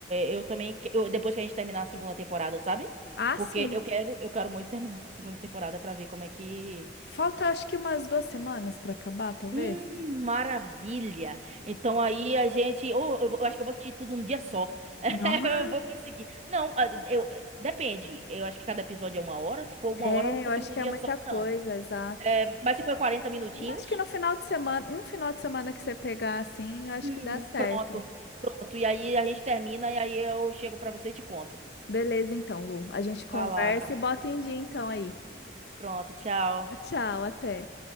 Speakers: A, on the right; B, on the left.
A: eu também, que- eu- depois que a gente terminar a segunda temporada, sabe?
B: Ah,
A: Porque
B: sim.
A: eu quero, eu quero muito terminar <laughs> essa segunda temporada pra ver como é que
B: Falta acho que umas duas semanas para acabar, talvez.
A: Hum, maravilha. Então aí a gente, oh, eu, eu acho que eu vou assistir tudo um dia só. <laughs>
B: Nossa,
A: Eu vou conseguir. Não, ah, eu eh, depende. Eu acho que cada episódio é uma hora. Se for uma
B: É,
A: hora, eu não consigo
B: eu acho
A: no
B: que
A: dia
B: é muita
A: só,
B: coisa,
A: não.
B: exato.
A: É, mas se for 40 minutinhos,
B: Acho que no final de semana, um final de semana que você pegar assim, eu acho
A: hum,
B: que dá certo.
A: pronto, pronto. E aí a gente termina e aí eu chego pra você e te conto.
B: Beleza, então, Lu. A gente conversa
A: Vai lá.
B: e bota em dia então aí.
A: Pronto, tchau.
B: Ah, Tchau, até.